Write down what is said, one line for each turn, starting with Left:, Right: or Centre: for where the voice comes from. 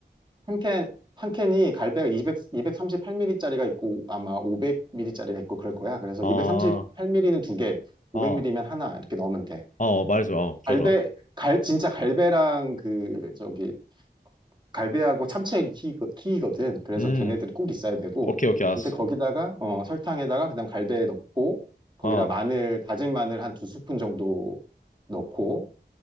Right: 한 캔, 한 캔이 갈배가 200, 238ml짜리가 있고 아마 500ml짜리가 있고 그럴 거야. 그래서
Left: 아,
Right: 238ml는
Left: 어,
Right: 두 개, 500ml면
Left: 어,
Right: 하나 이렇게 넣으면 돼.
Left: 어, 말해줘. 어, 좋아,
Right: 갈배,
Left: 좋아.
Right: 갈, 진짜 갈배랑 그, 저기, 갈배하고 참치액이 키이거, 키이거든. 그래서
Left: 음,
Right: 걔네들이 꼭 있어야 되고.
Left: 오케이, 오케이, 알았어.
Right: 아무튼 거기다가 어, 설탕에다가 그다음 갈배 넣고 거기다
Left: 어.
Right: 마늘 다진 마늘 한 두 스푼 정도 넣고